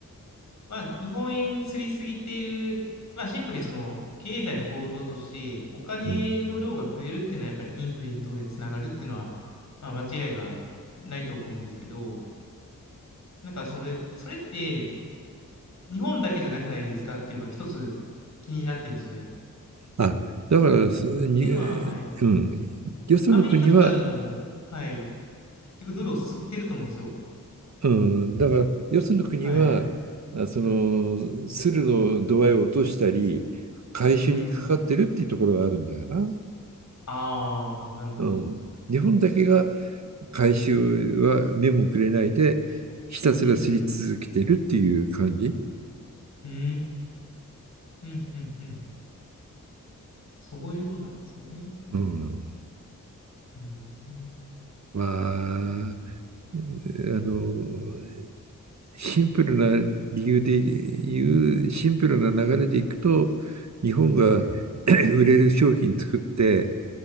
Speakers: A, on the left (about 60°); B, on the right (about 60°).
A: まあ、日本円すりすぎている、まあ、シンプルにその経済の構造として、お金の量が増えるっていうのは、
B: うん。
A: やっぱりインフレに当然つながるっていうのは、まあ、間違いがないと思うんですけど、なんかそれ、それって、日本だけじゃなくないですかっていうのは、一つ気になってるんですよね。っ
B: あ、だからす、に、
A: ていうのは、はい、
B: うん、よその国は、
A: アメリカとかでも、はい、結局ドルを吸ってると思うんですよ。
B: うん、だから、よその国は、
A: はい。
B: あその、
A: はい。
B: 鶴の度合いを落としたり、回収にかかってるっていうところはあるんだよな。
A: うん。ああ、なるほど。
B: うん。日本だけが回収は目もくれないで、ひたすらすり続けてるっていう感じ。
A: うんうんうん。うーん。うんうんうん。そういうことなんですね。
B: うん。
A: うん。
B: まあ、あの、シンプルな理由で言う、シンプルな流れでいくと、日本が
A: はい。
B: <clears throat> <coughs> 売れる商品作って、